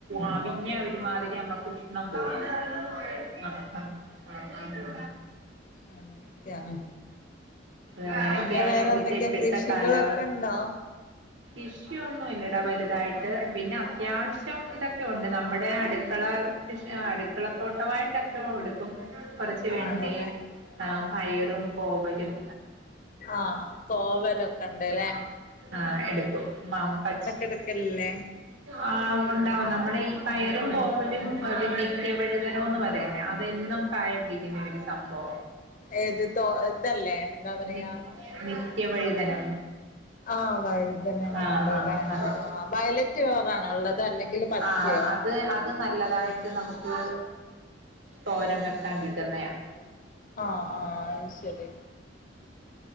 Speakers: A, on the right; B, on the left.
A: ആവിഞ്ഞ ഒരുമാതിരി നമ്മക്ക്- ആന് തോന്നണ് ആഹ് ആഹ് ആഹ്
B: അങ്ങനെയൊക്കെയാണ്
A: അങ്ങനെയൊക്കെ
B: പിന്നെ
A: ആണ്
B: വേറെ
A: ഇവിടുത്തെ
B: എന്തൊക്കെയാ
A: ഇപ്പോഴത്തെ
B: കൃഷികളൊക്കെ
A: കാലാവസ്ഥ
B: ഉണ്ടോ
A: ഇഷ്യു ഒന്നും ഇല്ലടാ വലുതായിട്ട് പിന്നെ അത്യാവശ്യം ഇതൊക്കെ ഉണ്ട് നമ്മുടെ അടുക്കള അടുക്കളത്തോട്ടമായിട്ടൊക്കെ എടുക്കും കൊറച്ച് വെണ്ടയും
B: ആണല്ലേ
A: ആ പയറും- കോവലും
B: ആഹ് കോവലൊക്കെ ഉണ്ടല്ലേ
A: ആഹ് എടുക്കും മാമ്പച്-
B: എടുക്കല്ലേ
A: ആഹ് ഉണ്ടാവും നമ്മടെ ഈ പയറും കോവലും ഒരു നിത്യവഴുതനോന്ന് പറയുന്നേ- എന്നും കായ പിടിക്കുന്ന ഒരു സംഭവ
B: ഏത് തോ ഇതല്ലേ എന്താ പറയാ-
A: നി നിത്യവഴുതനം
B: ആഹ് വഴുതനം അങ്ങനെയില്ലേ
A: ആഹ് അതെ
B: ആഹ് ആഹ് വയലറ്റ് കളർ ആണോ ഉള്ളത് അ <unintelligible> ത അല്ലെങ്കിൽ പച്ചയോ
A: ആഹ് അത് അത് നല്ലതായിട്ട് നമുക്ക് തോരൻ വെക്കാൻ കിട്ടുന്നെയാ
B: ആഹ് ആഹ് അത്ശരി